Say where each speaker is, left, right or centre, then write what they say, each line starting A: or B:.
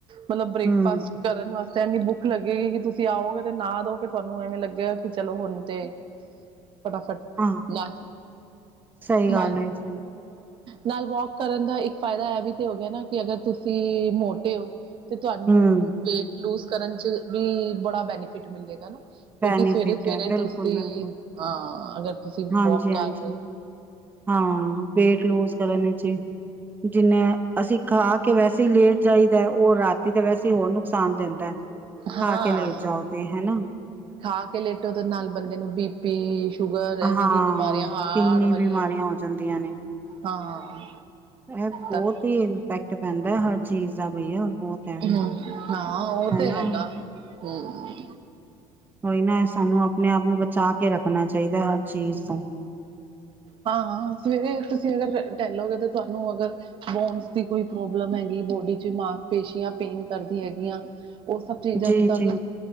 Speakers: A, on the right (about 45°); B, on the right (about 15°).
A: ਮਤਲਬ ਬ੍ਰੇਕਫਾਸਟ,
B: ਹੂੰ,
A: ਕਰਨ ਵਾਸਤੇ ਇੰਨੀ ਭੁੱਖ ਲੱਗੇਗੀ ਕਿ ਤੁਸੀਂ ਆਓਗੇ ਤੇ ਨਹਾ ਧੋ ਕੇ ਦੋਗੇ ਕਿ ਤੁਹਾਨੂੰ ਐਵੇਂ ਲੱਗੇਗਾ ਕਿ ਚਲੋ ਹੁਣ ਤੇ ਫਟਾਫਟ
B: ਹਾਂ
A: ਨਾ,
B: ਸਹੀ
A: ਨਾ
B: ਗੱਲ ਏ ਸਹੀ
A: ਨਾਲ ਵੋਕ ਕਰਨ ਦਾ ਇੱਕ ਫਾਇਦਾ ਇਹ ਵੀ ਤੇ ਹੋ ਗਿਆ ਨਾ ਕਿ ਅਗਰ ਤੁਸੀਂ ਮੋਟੇ ਹੋ, ਤੇ ਤੁਹਾਨੂੰ
B: ਹੂੰ,
A: ਵੇਟ ਲੂਜ ਕਰਨ ਚ ਵੀ ਬੜਾ ਬੈਨੀਫਿਟ ਮਿਲੇਗਾ ਨਾ, ਕਿਉਂਕਿ
B: ਬੈਨੀਫਿਟ
A: ਸਵੇਰੇ ਸਵੇਰੇ
B: ਹੈ ਬਿਲਕੁਲ-ਬਿਲਕੁਲ।
A: ਤੁਸੀਂ ਅਹ ਅਗਰ ਤੁਸੀਂ ਵੋਕ
B: ਹਾਂਜੀ-ਹਾਂਜੀ,
A: ਕਰ ਰਹੇ ਹੋ।
B: ਹਾਂ, ਵੇਟ ਲੂਜ ਕਰਨ ਚ ਜਿੰਨੇ ਅਸੀਂ ਖਾ ਕੇ ਵੈਸੇ ਹੀ ਲੇਟ ਜਾਈਦਾ ਉਹ ਰਾਤੀ ਤੇ ਵੈਸੇ ਹੀ ਹੋਰ ਨੁਕਸਾਨ ਦਿੰ ਹੁੰਦਾ,
A: ਹਾਂ
B: ਖਾ ਕੇ ਲੈਟ ਜਾਓ ਤੇ ਹਨਾ,
A: ਖਾ ਕੇ ਲੇਟੋ ਤੇ ਨਾਲ ਬੰਦੇ ਨੂੰ ਬੀ ਪੀ, ਸ਼ੂਗਰ ਐਵੇਂ
B: ਹਾਂ
A: ਦੀ ਬਿਮਾਰੀਆਂ ਹਾਰਟ
B: ਕਿੰਨੀ
A: ਵਾਲੀ,
B: ਬਿਮਾਰੀਆਂ ਹੋ ਜਾਂਦੀਆਂ ਨੇ।
A: ਹਾਂ।
B: ਇਹ ਬਹੁਤ
A: ਤ
B: ਹੀ ਇੰਪੈਕਟ ਪੈਂਦਾ ਹਰ ਚੀਜ਼ ਦਾ ਬਈਆ ਬਹੁਤ ਹੈ
A: ਹੂੰ, ਹਾਂ ਉਹ
B: ਹਨਾ।
A: ਤੇ ਹੈਗਾ, ਹੂੰ।
B: ਉਈ ਨਾ ਸਾਨੂੰ ਆਪਣੇ ਆਪ ਨੂੰ ਬਚਾ ਕੇ ਰੱਖਣਾ ਚਾਹੀਦਾ ਹਰ ਚੀਜ਼ ਤੋਂ,
A: ਹਾਂ, ਸਵੇਰੇ ਤੁਸੀਂ ਅਗਰ ਟਹਿਲੋਗੇ ਤਾਂ ਤੁਹਾਨੂੰ ਅਗਰ, ਬੋਨਸ ਦੀ ਕੋਈ ਪ੍ਰੋਬਲਮ ਹੈਗੀ ਬੋਡੀ ਚ ਮਾਫ਼ ਪੇਸ਼ੀਆਂ ਪੇਨ ਕਰਦੀ ਹੈਗੀਆ। ਉਹ ਸਭ ਚੀਜ਼ਾਂ
B: ਜੀ
A: ਤਾਂ
B: ਜੀ।
A: ਵੀ